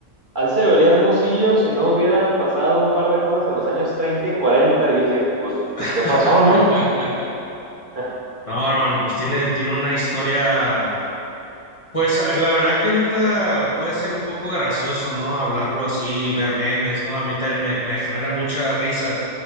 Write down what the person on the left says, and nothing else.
<laughs>
No, hermano, pues tiene, tiene una historia. Pues la verdad que ahorita puede ser un poco gracioso, ¿no? Hablarlo así, ver memes, ¿no? A mí también me, me genera mucha risa.